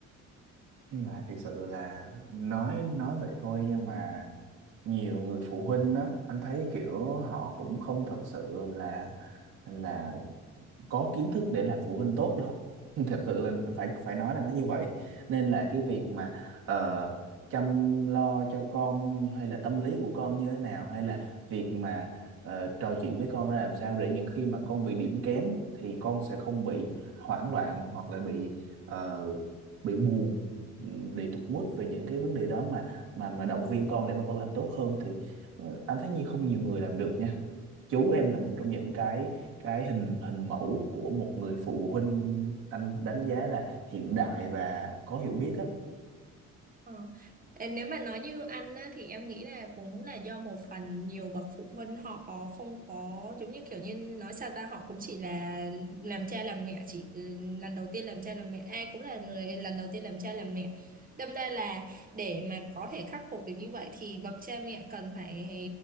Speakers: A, on the right; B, on the right.
A: nhưng mà thực sự là nói nói vậy thôi nhưng mà nhiều người phụ huynh á anh thấy kiểu họ cũng không thật sự là là có kiến thức để làm phụ huynh tốt đâu <laughs> thật sự là phải phải nói là nó như vậy nên là cái việc mà ờ, chăm lo cho con hay là tâm lý của con như thế nào hay là việc mà ờ, trò chuyện với con ra làm sao để những khi mà con bị điểm kém thì con sẽ không bị hoảng loạn hoặc là bị ờ, bị buồn ừm, bị tụt mood về những cái vấn đề đó mà mà mà động viên con để mà con làm tốt hơn thì ờ, anh thấy như không nhiều người làm được nha chú em là một trong những cái cái hình hình mẫu của một người phụ huynh anh đánh giá là hiện đại và có hiểu biết á
B: Ờ. Ờ, Nếu mà nói như ăn á, thì em nghĩ là cũng là do một phần nhiều bậc phụ huynh họ không có giống như kiểu như nói sao ta họ cũng chỉ là làm cha làm mẹ chỉ ừ, lần đầu tiên làm cha làm mẹ ai cũng là người lần đầu tiên làm cha làm mẹ đâm ra là để mà có thể khắc phục được như vậy thì bậc cha mẹ cần phải